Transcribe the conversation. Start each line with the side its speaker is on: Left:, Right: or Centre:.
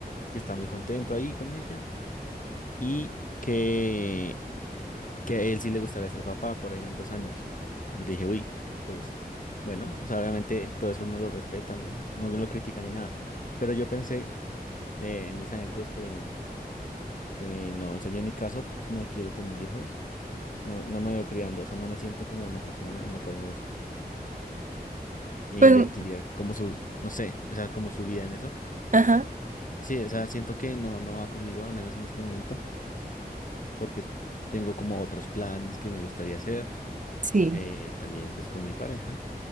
Left: que está muy contento ahí con ella y que, que a él sí le gustaría ser papá por ahí en dos años. Y yo le dije, uy, pues bueno, o sea, obviamente todo eso uno lo respeta, no, no lo critica ni nada, pero yo pensé eh, en mis adentros que Que no, o sea, yo en mi caso p- no quiero tener hijos, no, no me veo criando, o sea, no me siento como una persona en la cual me gusta, invertiría
Right: Pues,
Left: como su, no sé, o sea, como su vida en eso.
Right: ajá,
Left: No. Sí, o sea, siento que no, no va conmigo, al menos en este momento, porque tengo como otros planes que me gustaría hacer,
Right: sí,
Left: eh, también pues con mi pareja,